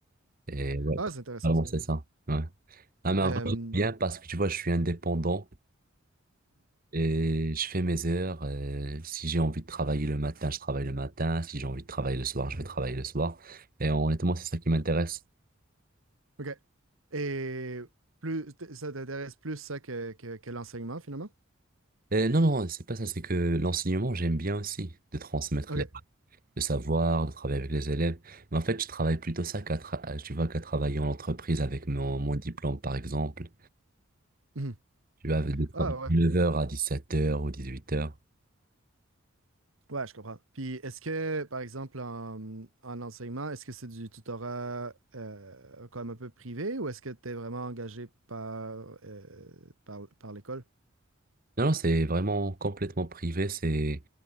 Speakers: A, on the right; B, on the right.
A: Et ouais,
B: Ah, c'est intéressant
A: vraiment,
B: ça.
A: c'est ça. Ouais. Ah, mais en
B: Euh,
A: vrai,
B: mhm,
A: j'aime bien parce que, tu vois, je suis indépendant. Et je fais mes heures. euh, si j'ai envie de travailler le matin, je travaille le matin. Si j'ai envie de travailler le soir, je vais travailler le soir. Et honnêtement, c'est ça qui m'intéresse.
B: OK. Et plus, t- ça t'intéresse plus ça que, que, que l'enseignement finalement?
A: Et non, non, c'est pas ça. C'est que l'enseignement, j'aime bien aussi de transmettre
B: OK.
A: les, le savoir, de travailler avec les élèves. Mais en fait, je travaille plutôt ça qu'à tra- tu vois, qu'à travailler en entreprise avec mon, mon diplôme, par exemple.
B: mhm.
A: Tu vas de travailler
B: Ah, ouais.
A: de 9h à 17h ou huit heures
B: Ouais, je comprends. Puis est-ce que, par exemple, en, en enseignement, est-ce que c'est du tutorat euh, comme un peu privé ou est-ce que tu es vraiment engagé par, euh, par, par l'école?
A: Non, non, c'est vraiment complètement privé. C'est,